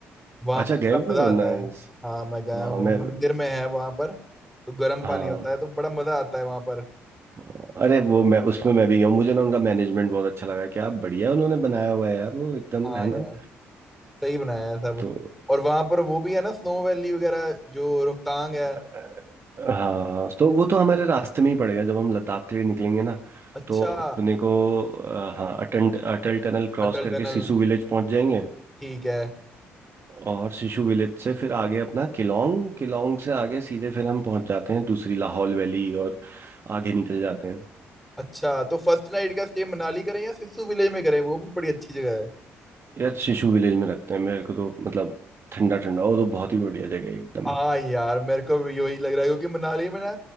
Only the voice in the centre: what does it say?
वहां
पर
बड़ा
मजा
आता
है हाँ मैं गया
हुआ
मंदिर में है वहां पर तो गर्म
पानी होता है तो बड़ा मजा आता है वहां पर
हाँ
यार सही बनाया है सब
और वहां पर वो भी है ना स्नो वैली वगैरह जो रोहतांग है
अच्छा
अटल
टनल
ठीक है
अच्छा तो फर्स्ट नाइट का स्टे मनाली करें या सिस्सू विलेज में करें वो भी बड़ी अच्छी जगह है
हाँ यार मेरे को भी यही लग रहा है क्योंकि मनाली में ना